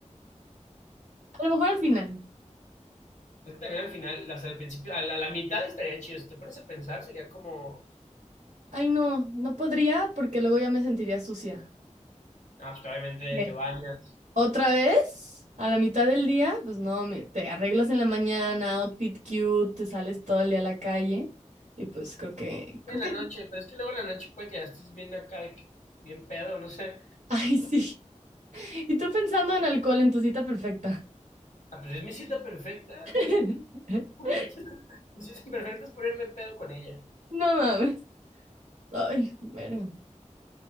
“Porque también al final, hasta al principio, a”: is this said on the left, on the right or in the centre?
Left